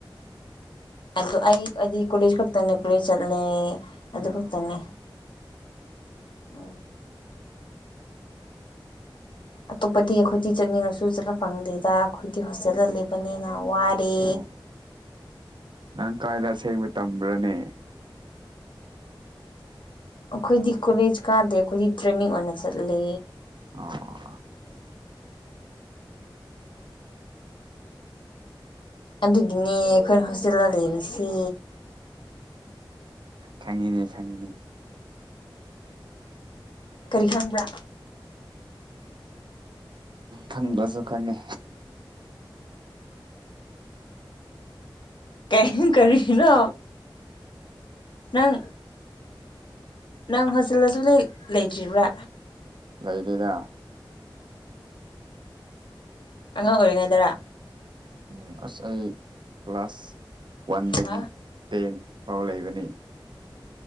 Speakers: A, on the left (about 65°); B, on the right (about 65°).
A: ꯑꯗꯨ ꯑꯩ ꯍꯥꯏꯗꯤ ꯀꯣꯂꯦꯖ ꯈꯛꯇꯅꯦ ꯀꯣꯂꯦꯖ ꯆꯠꯂꯦ ꯑꯗꯨ
B: ꯑꯣ
A: ꯈꯛꯇꯅꯦ ꯎꯝ ꯑꯇꯣꯞꯄꯗꯤ ꯑꯩꯈꯣꯏꯗꯤ ꯆꯠꯅꯤꯡꯉꯁꯨ ꯆꯠꯄ ꯐꯪꯗꯦꯗ ꯑꯩꯈꯣꯏꯗꯤ ꯍꯣꯁꯇꯦꯜꯗ ꯂꯩꯕꯅꯤꯅ ꯋꯥꯔꯦ
B: ꯑꯣ ꯅꯪ ꯀꯥꯏꯗ ꯑꯁꯦꯡꯕ ꯇꯝꯕ꯭ꯔꯅꯦ
A: ꯐ ꯑꯩꯈꯣꯏꯗꯤ ꯀꯣꯂꯦꯖ ꯀꯥꯗꯦ ꯑꯩꯈꯣꯏꯗꯤ ꯇ꯭ꯔꯦꯟꯅꯤꯡ ꯑꯣꯏꯅ ꯆꯠꯂ
B: ꯑꯣ
A: ꯑꯗꯨꯒꯤꯅꯦ ꯑꯩꯈꯣꯏꯅ ꯍꯣꯁꯇꯦꯜꯗ ꯂꯩꯔꯤꯁꯤ
B: ꯈꯪꯉꯤꯅꯦ ꯈꯪꯉꯤꯅꯦ
A: ꯀꯔꯤ ꯈꯪꯕ꯭ꯔꯥ
B: ꯈꯪꯕꯁꯨ ꯈꯪꯉꯦ
A: ꯀꯝ ꯀꯔꯤꯅ ꯅꯪ ꯅꯪ ꯍꯣꯁꯦꯜꯗꯁꯨ ꯂꯩꯇ꯭ꯔꯤꯕ꯭ꯔꯥ
B: ꯂꯩꯅꯤꯅ
A: ꯑꯉꯥꯡ ꯑꯣꯏꯔꯤꯉꯩꯗꯔꯥ
B: ꯎꯝ ꯑꯁ ꯑꯩ ꯀ꯭ꯂꯥꯁ ꯋꯥꯟꯗꯒꯤ
A: ꯍꯥ
B: ꯇꯦꯟ ꯐꯥꯎ ꯂꯩꯕꯅꯤ